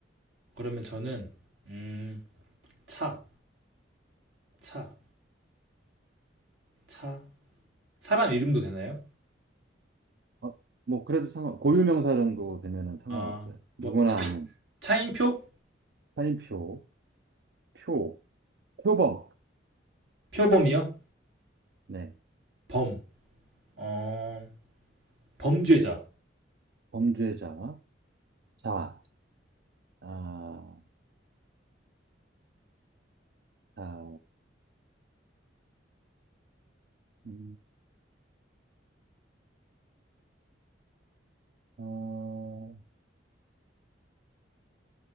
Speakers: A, on the right; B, on the right.
A: 그러면 저는 음, 차, 차, 차. 사람 이름도 되나요?
B: 어, 뭐 그래도 상관, 고유명사 정도 되면은 상관없어요.
A: 아, 뭐
B: 누구나
A: 차인,
B: 아는
A: 차인표?
B: 사인표, 표, 표범.
A: 표범이요?
B: 네,
A: 범. 어, 범죄자.
B: 범죄자, 자, 아, 자, 음, 어,